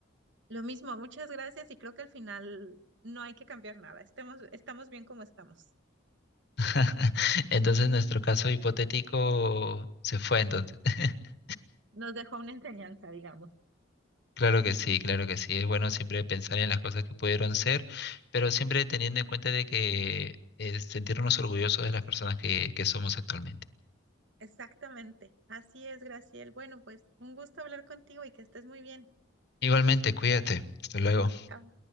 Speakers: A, on the right (about 65°); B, on the left (about 55°).
A: Lo mismo, muchas gracias y creo que al final no hay que cambiar nada, estemos, estamos bien como estamos.
B: <laughs> Entonces, nuestro caso hipotético se fue entonces. <laughs>
A: Nos dejó una enseñanza, digamos.
B: Claro que sí, claro que sí. Es bueno siempre pensar en las cosas que pudieron ser, pero siempre teniendo en cuenta de que eh, sentirnos orgullosos de las personas que, que somos actualmente.
A: Exactamente. Así es, Graciel. Bueno, pues un gusto hablar contigo y que estés muy bien.
B: Igualmente, cuídate. Hasta luego.
A: Chao.